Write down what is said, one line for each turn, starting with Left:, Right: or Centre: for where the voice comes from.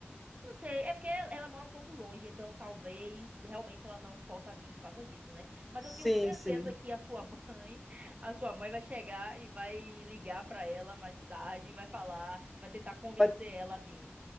Right: Não sei, é porque ela ela mora um pouco longe, então talvez realmente ela não possa vir por causa disso, né? Mas eu tenho
Centre: Sim,
Right: certeza
Centre: sim.
Right: que a sua mãe, <laughs> a sua mãe vai chegar e vai ligar pra ela mais tarde, e vai falar, vai tentar convencer
Centre: Vai,
Right: ela a vir.